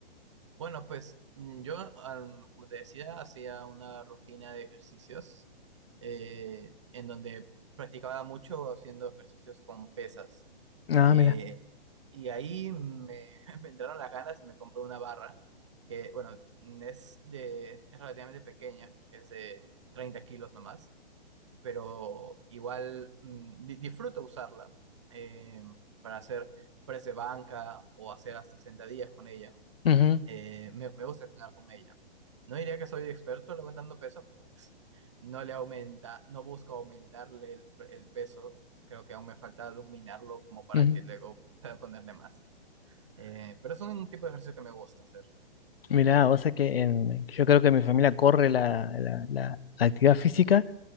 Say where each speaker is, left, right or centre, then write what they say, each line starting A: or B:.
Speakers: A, on the right; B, on the left.
A: Bueno, pues mm, yo, al- como te decía, hacía una rutina de ejercicios eh, en donde practicaba mucho haciendo ejercicios con pesas.
B: Ah,
A: Eh,
B: mira.
A: y ahí me, <laughs> me entraron las ganas y me compré una barra que, bueno, mm, es, de, es relativamente pequeña, es de 30 kilos nomás pero igual mm, di- disfruto usarla eh, para hacer press de banca o hacer hasta sentadillas con ella.
B: Ujú,
A: Eh, me, me gusta entrenar con ella. No diría que soy experto levantando peso, pero pues, no le aumenta, no busco aumentarle el, el peso. Creo que aún me falta dominarlo como para
B: ujú.
A: que luego pueda ponerle más. Eh, pero es un tipo de ejercicio que me gusta hacer.
B: Mira, o sea que en- yo creo que mi familia corre la, la- la- la actividad física